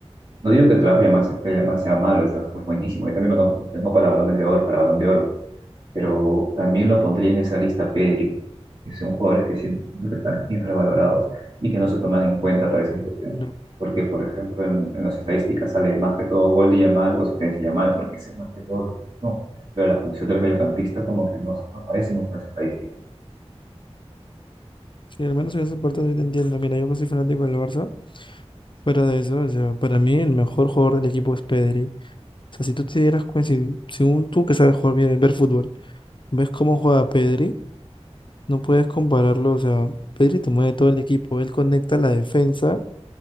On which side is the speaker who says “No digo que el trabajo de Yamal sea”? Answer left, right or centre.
Right